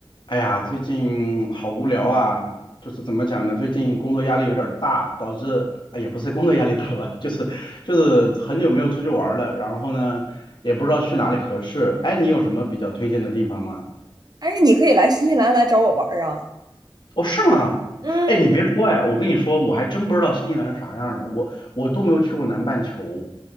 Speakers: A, on the left; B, on the right.
A: 哎呀，最近好无聊啊，就是怎么讲呢？最近工作压力有点儿大，导致哎也不是工作压力大吧，就是就是很久没有出去玩儿了，然后呢也不知道去哪里合适。哎，你有什么比较推荐的地方吗？
B: 哎，你可以来新西兰来找我玩儿啊！
A: 哦，是吗？
B: 嗯，
A: 哎，你别说，哎，我跟你说，我还真不知道新西兰是啥样儿的，我我都没有去过南半球。